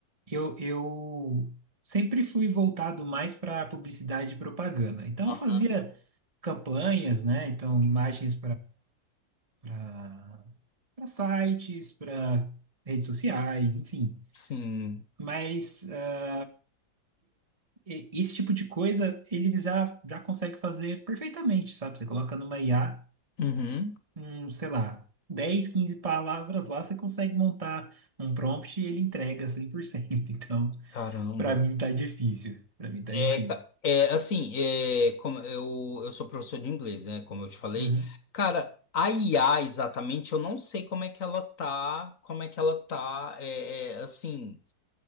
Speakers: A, on the right; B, on the left.
A: Eu, eu sempre fui voltado mais para publicidade e propaganda. Então
B: Aham.
A: eu fazia campanhas, né? Então imagens para para sites, para redes sociais, enfim.
B: Sim.
A: Mas eh, e- esse tipo de coisa eles já, já conseguem fazer perfeitamente, sabe? Você coloca numa IA,
B: Uhum.
A: um, sei lá, 10, 15 palavras lá, você consegue montar um prompt e ele entrega 100%. <laughs> Então,
B: Caramba.
A: para mim tá difícil. Para mim tá
B: É,
A: difícil.
B: ca- é, assim, é, como eu, eu sou professor de inglês, né? Como eu te falei,
A: Uhum,
B: cara, a IA exatamente, eu não sei como é que ela tá, como é que ela tá, é, é, assim,